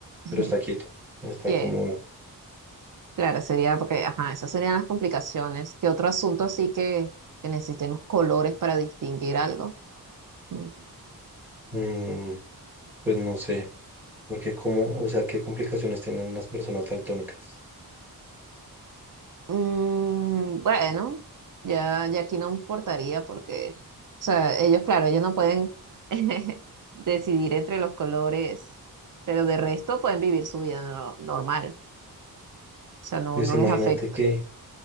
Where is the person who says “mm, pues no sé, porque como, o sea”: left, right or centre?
Centre